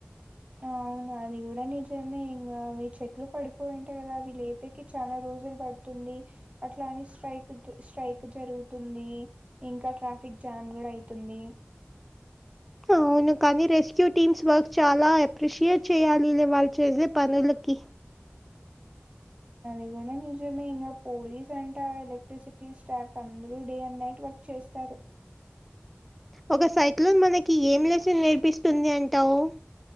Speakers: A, on the right; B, in the centre.
A: అవును అది కూడా నిజమే ఇంకా అవి చెట్లు పడిపోయింటయి కదా అవి లేపికి చాలా రోజులు పడి తుంది అట్లాని స్ట్రైక్ స్ట్రైక్ జరుగుతుంది ఇంకా ట్రాఫిక్ జామ్ కూడా అయితుంది
B: అ అవును కానీ రెస్క్యూ టీమ్స్ వర్క్ చాలా అప్రిషియేట్ చేయాలి వాళ్ళు చేసే పనులకి
A: మేడ మీ మే ఇంకా పోలీస్ అంట ఎలక్ట్రిసిటీ స్టాఫ్ అందరు డే అండ్ నైట్ వర్క్ చేస్తారు
B: ఒక సైక్లన్ మనకి ఏం లెస్న్ నేర్పిస్తుంది అంటావు